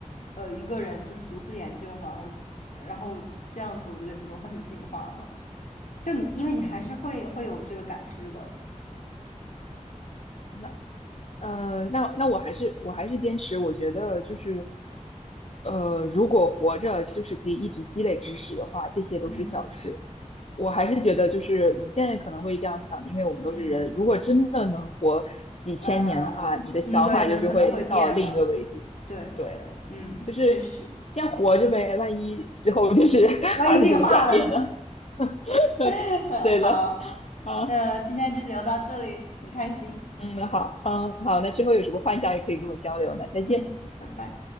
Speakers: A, on the left; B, on the left.
A: 呃，一个人就是独自研究吗？我然后这样子，我觉得也不能算是进化吧。就你，因为你还是会会有这个感知的。
B: 嗯，那呃，那那我还是我还是坚持，我觉得就是。呃，如果活着就是可以一直积累知识的话，这些都是小事。
A: 嗯
B: 我还是觉得，就是你现在可能会这样想，因为我们都是人。
A: 嗯
B: 如果真的能活几千年的话，
A: 嗯嗯，
B: 你的想法就是会到另一个维度。
A: 对，那可能会变了。对对，
B: 对，
A: 嗯，
B: 就是先活着呗，
A: 确实，
B: 万一之后就是 <laughs>
A: 万一进化了呢？
B: 发生什么转变呢？<laughs>
A: <laughs> 嗯，
B: 对的，
A: 好，
B: 啊，
A: 那今天就聊到这里，很开心。
B: 嗯，好，嗯，好，那之后有什么幻想也可以跟我交流，那再见。
A: 嗯，拜拜。